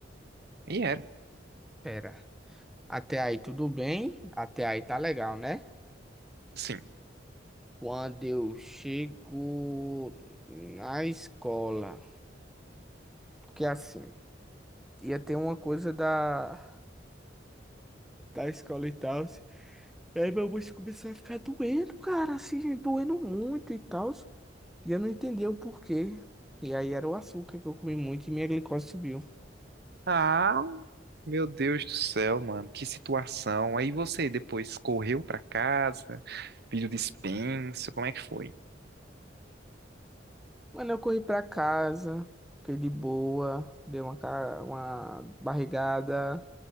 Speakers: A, on the right; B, in the centre.
A: E era?
B: Pera, até aí tudo bem? Até aí tá legal, né?
A: Sim.
B: Quando eu chego na escola, porque assim ia ter uma coisa da da escola e tal. Aí meu bucho começou a ficar doendo, cara, assim, doendo muito e tal. E eu não entendi o porquê. E aí era o açúcar que eu comi muito e minha glicose subiu.
A: Ah, meu Deus do céu, mano, que situação. Aí você depois correu pra casa, pediu dispensa, como é que foi?
B: Mano, eu corri pra casa, fiquei de boa, dei uma, ca- uma barrigada,